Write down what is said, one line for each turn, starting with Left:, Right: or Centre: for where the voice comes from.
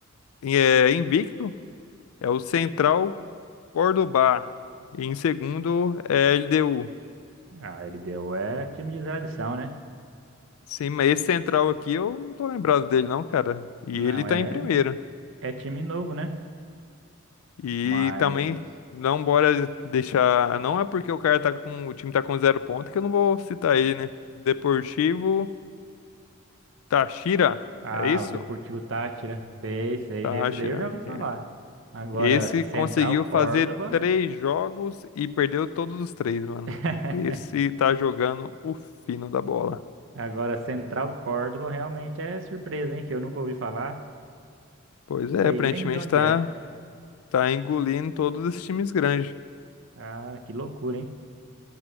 Left: é invicto. É o Central Córdoba. E em segundo é LDU.
Right: Ah, ele deu. É time de tradição, né?
Left: Sim, mas esse Central aqui eu não tô lembrado dele não, cara. E
Right: Não,
Left: ele tá
Right: é,
Left: em primeiro.
Right: é time novo, né?
Left: E
Right: Mas.
Left: também não bora deixar, não é porque o cara tá com, o time tá com zero ponto que eu não vou citar ele, né? Deportivo Táchira,
Right: Ah,
Left: é isso?
Right: o Deportivo Táchira. Sei, sei.
Left: Táchira.
Right: Esse daí eu já ouvi falar.
Left: é.
Right: Agora,
Left: Esse
Right: Central
Left: conseguiu
Right: Córdoba.
Left: fazer três jogos e perdeu todos os três, mano.
Right: <laughs>
Left: Esse tá jogando o fino da bola.
Right: Agora, Central Córdoba realmente é surpresa, hein? Que eu nunca ouvi falar,
Left: Pois
Right: sei
Left: é, aparentemente
Right: nem de onde
Left: tá
Right: é.
Left: Tá engolindo todos esses times grandes.
Right: Ah, que loucura, hein?